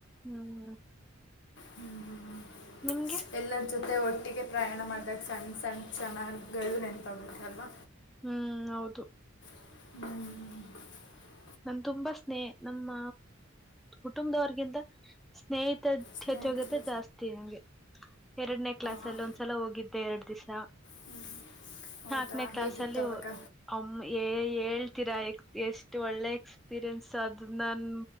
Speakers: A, in the centre; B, on the left.
A: ಹ್ಮ್
B: ಹ್ಮ್
A: ನಿಮಗೆ
B: ಎಲ್ಲರ ಜೊತೆ ಒಟ್ಟಿಗೆ ಪ್ರಯಾಣ ಮಾಡಿದಾಗ ಸಣ್ಣ ಸಣ್ಣ ಚೆನ್ನಾಗಿಗಳು ನೆನಪಾಗುತ್ತೆ ಅಲ್ವಾ
A: ಹ್ಮ್ ಹೌದು
B: ಹ್ಮ್ ಹ
A: ನನ್ ತುಂಬಾ ಸ್ನೇಹ ನಮ್ಮ ಕುಟುಂಬದವರ್ಗಿಂತ ಸ್ನೇಹಿತ
B: ಸ್ನೇಹಿತರು
A: ಹೆಚ್ಚೋಗತೆ ಜಾಸ್ತಿ ನಂಗೆ ಎರಡನೇ ಕ್ಲಾಸ್
B: ಹಾಂ,
A: ಅಲ್ಲಿ ಒಂದ್ಸಲ ಹೋಗಿದ್ದೆ ಎರಡ್ ದಿವಸ
B: ಹ್ಞೂ, ಹೌದಾ
A: ನಾಕನೇ ಕ್ಲಾಸ್
B: ಹೇಗಿತ್ತು
A: ಅಲ್ಲಿಮ್ಮ
B: ಅವಾಗ
A: ಹೇಳ್ತೀರಾ ಎಷ್ಟ ಎಕ್ಸ್ಪೀರಿಯನ್ಸ್ ಅದು ನನ್